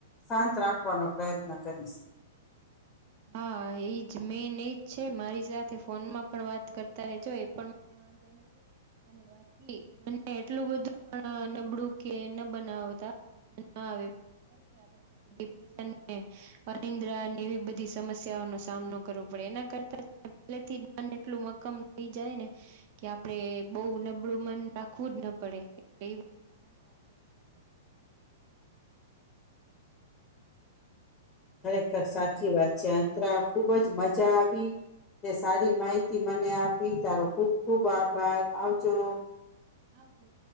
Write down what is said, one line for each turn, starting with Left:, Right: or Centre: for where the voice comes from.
Left: શાંત રાખવાનો પ્રયત્ન કરીશ.
Right: હા, એજ મેન એજ છે, મારી સાથે ફોનમાં પણ વાત કરતા રેજો એ પણ મને વાંધો નથી અને બાકી મને એટલું બધું પણ નબળું કે ન બનાવતા <unintelligible> આવે કે આપડે પછી ડિપ્રેશન ને અનિદ્રા ને એવી બધી સમસ્યાઓ નો સામનો કરવો પડે. એના કરતા ને પહેલેથી જ મન એટલું મક્કમ થઈ જાય, ને કે આપડે બહુ નબળું મન રાખવું જ ન પડે, એટલે એ બધું ધ્યાન રાખજો
Left: ખરેખર સાચી વાત છે. અંતરા ખુબજ મજા આવી, તે સારી માહિતી મને આપી, તારો ખુબ ખુબ આભાર, આવજો.
Right: આવજો.